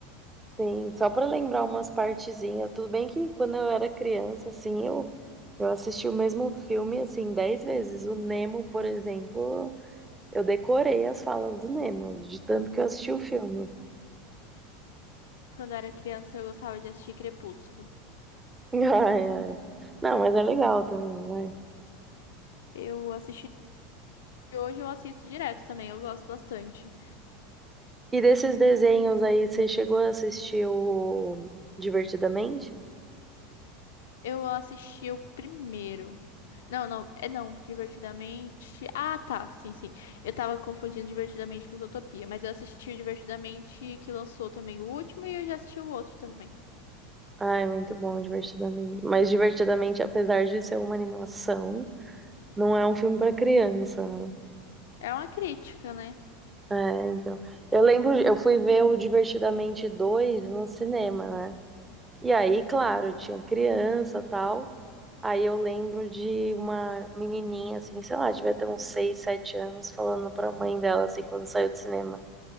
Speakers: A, on the right; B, on the left.
A: Sim, só para lembrar umas partezinhas. Tudo bem que quando eu era criança, assim, eu, eu assisti o mesmo filme, assim, dez vezes. O Nemo, por exemplo, eu decorei as falas do Nemo, de tanto que eu assisti o filme.
B: Quando eu era criança, eu gostava de assistir Crepúsculo.
A: <laughs> Ai, ai. Não, mas é legal também, vai.
B: Eu assisti. e Hoje eu assisto direto também, eu gosto bastante.
A: E desses desenhos aí, você chegou a assistir o Divertidamente?
B: Eu assisti o primeiro. Não, não, é não, Divertidamente. Ah, tá, sim, sim. Eu tava confundindo Divertidamente com Zootopia, mas eu assisti o Divertidamente que lançou também o último e eu já assisti o outro também.
A: Ai, muito bom, Divertidamente. Mas Divertidamente, apesar de ser uma animação, não é um filme para criança, né?
B: É uma crítica, né?
A: É, então. Eu lembro, eu fui ver o Divertidamente dois no cinema, né? E aí, claro, tinha criança tal. Aí eu lembro de uma menininha, assim, sei lá, devia ter uns 6, 7 anos, falando pra mãe dela, assim, quando saiu do cinema: